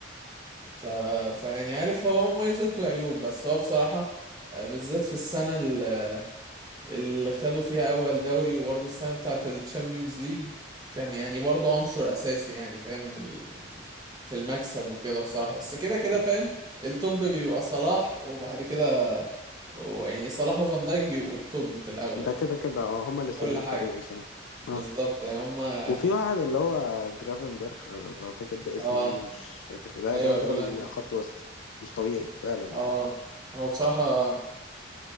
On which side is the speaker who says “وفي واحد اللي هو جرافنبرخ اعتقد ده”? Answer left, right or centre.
Left